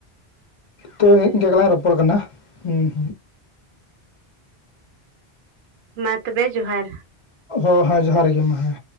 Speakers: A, on the left; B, on the right.
A: ᱛᱚ
B: ᱦᱳᱭ
A: ᱤᱱᱠᱟᱹ ᱜᱮᱞᱟᱝ ᱨᱚᱯᱚᱲ ᱠᱟᱱᱟ ᱦᱩᱸ
B: ᱢᱟ ᱛᱚᱵᱮ ᱡᱚᱦᱟᱨ
A: ᱚ ᱦᱮᱸ ᱡᱚᱦᱟᱨ ᱜᱮ ᱢᱟ ᱦᱮᱸ